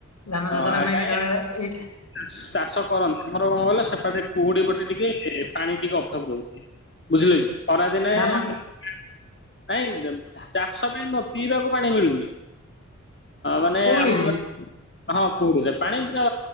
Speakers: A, on the left; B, on the left.
A: ଧାନ ଚାଷ
B: ହଁ
A: ଟା
B: ଆ
A: ମେନ୍
B: କାଁଇ
A: କାରଣ ଏଇଟା
B: ଚାଷ କରନ୍ତି ଆମର କଣ ଗଲେ ସେପଟେ କୁହୁଡି ପଟେ ଟିକେ ପାଣି ଟିକେ ଅଭାବ ରହୁଛି ବୁଝିଲ କି? ଖରାଦିନେ
A: ଧାନ
B: ଆମ ନାଇଁ ଚାଷ ପାଇଁ କଣ, ପିଇବାକୁ ପାଣି ମିଳୁନି। ମାନେ
A: କୋଉଠିରେ
B: ଆମ ହଁ କୁଉଡିରେ ପାଣି ପୁରା